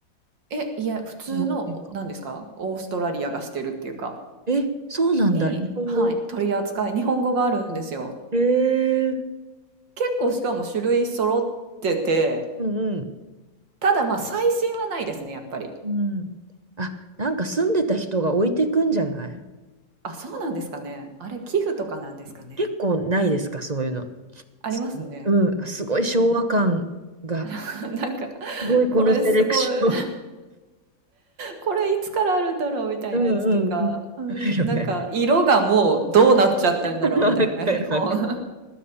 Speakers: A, on the right; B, on the right.
A: え、いや、普通の、
B: 日本人か
A: お何ですかオーストラリアがしてるっていうか、
B: え、そうなんだ、
A: に、
B: 日本語。
A: はい、取り扱い、日本語があるんですよ。
B: えー、
A: 結構しかも種類揃ってて、
B: うんうん。
A: ただまあ、最新はないですね、やっぱり。
B: うん。あ、なんか住んでた人が置いてくんじゃない
A: あ、そうなんですかね。あれ、寄付とかなんですかね。
B: 結構ないですか、そういうの。
A: ありますね。
B: すうん、すごい昭和感が、
A: なんか、<laughs> なんか、
B: すごいこのセレクション。
A: これすごい。これいつからあるんだろうみたいなやつとか、
B: うんうんうん。
A: うん、
B: あるよね。
A: なんか色がもうどうなっちゃったんだろうみたいな本、
B: わかるわかる。